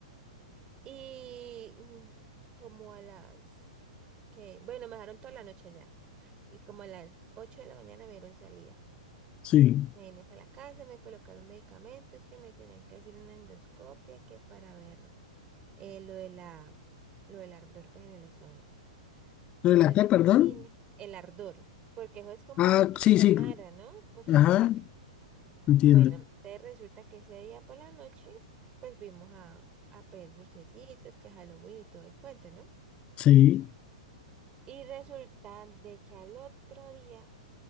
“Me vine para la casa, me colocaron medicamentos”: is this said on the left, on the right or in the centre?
Right